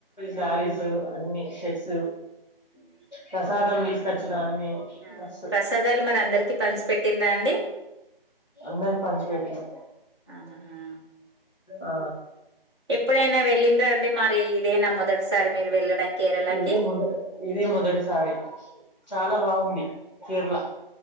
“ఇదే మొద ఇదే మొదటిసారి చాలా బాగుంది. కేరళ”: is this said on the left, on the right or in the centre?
Centre